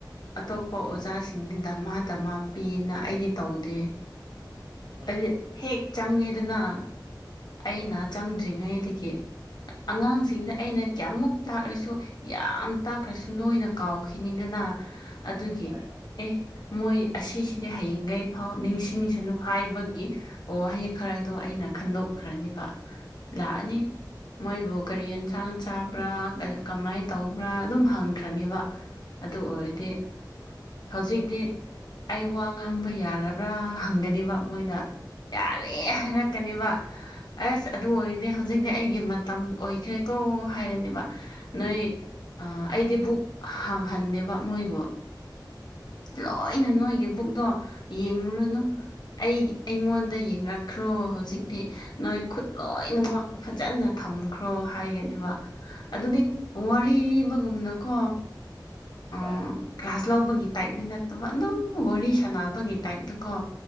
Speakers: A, on the left (about 65°); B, on the right (about 65°).
A: ꯑꯇꯣꯞꯄ
B: ꯎꯝ
A: ꯑꯣꯖꯥꯁꯤꯡꯗꯤ ꯙꯃꯥ ꯙꯃꯥ ꯄꯤꯅ ꯑꯩꯗꯤ ꯇꯧꯗꯦ
B: ꯎꯝ
A: ꯑꯩꯗꯤ ꯍꯦꯛ ꯆꯪꯉꯦꯗꯅ ꯑꯩꯅ
B: ꯎꯝ
A: ꯆꯪꯗ꯭ꯔꯤꯉꯩꯗꯒꯤ ꯑꯉꯥꯡꯁꯤꯡꯗ ꯑꯩꯅ ꯀ꯭ꯌꯥꯃꯨꯛ ꯇꯥꯛꯔꯁꯨ ꯌꯥꯝ ꯇꯥꯛꯈ꯭ꯔꯁꯨ ꯂꯣꯏꯅ ꯀꯥꯎꯈꯤꯅꯤꯗꯅ ꯑꯗꯨꯒꯤ
B: ꯍꯣꯏ ꯍꯣꯏ
A: ꯑꯦ ꯃꯣꯏ ꯑꯁꯤꯁꯤꯗꯤ ꯍꯌꯦꯡꯒꯩ ꯐꯥꯎ ꯅꯤꯡꯁꯤꯡꯁꯅꯨ ꯍꯥꯏꯕꯒꯤ ꯋꯥꯍꯩ ꯈꯔꯗꯣ ꯑꯩꯅ ꯈꯟꯗꯣꯛꯈ꯭ꯔꯅꯤꯕ ꯂꯥꯛꯑꯅꯤ ꯃꯣꯏꯕꯨ ꯀꯔꯤ ꯌꯦꯟꯁꯥꯡ ꯆꯥꯕ꯭ꯔꯥ <unintelligible> ꯀꯃꯥꯏ ꯇꯧꯕ꯭ꯔꯥ ꯑꯗꯨꯝ ꯍꯪꯈ꯭ꯔꯅꯤꯕ ꯑꯗꯨ ꯑꯣꯏꯔꯗꯤ ꯍꯧꯖꯤꯛꯇꯤ ꯑꯩ ꯋꯥ ꯉꯥꯡꯕ ꯌꯥꯔꯕ꯭ꯔꯥ ꯍꯪꯒꯅꯤꯕ ꯃꯣꯏꯗ ꯌꯥꯔꯦ ꯍꯥꯏꯔꯛꯀꯅꯦꯕ ꯑꯁ ꯑꯗꯨ ꯑꯣꯏ ꯗꯤ ꯍꯧꯖꯤꯛꯇꯤ ꯑꯩꯒꯤ ꯃꯇꯝ ꯑꯣꯏꯈ꯭ꯔꯦꯀꯣ ꯍꯥꯏꯔꯅꯤꯕ ꯅꯣꯏ ꯑꯥ ꯑꯩꯗꯤ ꯕꯨꯛ ꯍꯥꯡꯍꯟꯗꯦꯕ ꯃꯣꯏꯕꯨ ꯂꯣꯏꯅ ꯅꯣꯏꯒꯤ ꯕꯨꯛꯇꯣ ꯌꯦꯡꯉꯨꯔꯅꯨ ꯑꯩ ꯑꯩꯉꯣꯟꯗ ꯌꯦꯡꯔꯛꯈ꯭ꯔꯣ ꯍꯧꯖꯤꯛꯇꯤ ꯅꯣꯏ ꯈꯨꯠ ꯂꯣꯏꯅꯃꯛ ꯐꯖꯅ ꯊꯝꯈ꯭ꯔꯣ ꯍꯥꯏꯒꯅꯤꯕ ꯑꯗꯨꯗꯤ ꯋꯥꯔꯤ ꯂꯤꯕꯒꯨꯝꯅꯀꯣ ꯎꯝ
B: ꯍꯣꯏ
A: ꯀ꯭ꯂꯥꯁ ꯂꯧꯕꯒꯤ ꯇꯥꯏꯞꯗꯤ ꯅꯠꯇꯕ ꯑꯗꯨꯝ ꯋꯥꯔꯤ ꯁꯥꯟꯅꯕꯒꯤ ꯇꯥꯏꯞꯇꯀꯣ